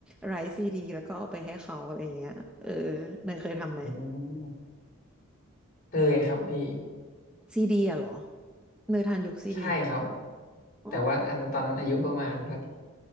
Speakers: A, in the centre; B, on the left.
A: ไร้ซีดีแล้วก็เอาไปให้เขาอะไรเงี้ยเออเนยเคยทำไหม
B: อืมเคยครับพี่
A: ซีดีอะเหรอเนยทันยุคซีดี
B: ใช่ครับ
A: อ๋อ
B: แต่ว่าอันนั้นตอนนั้นอายุประมาณสัก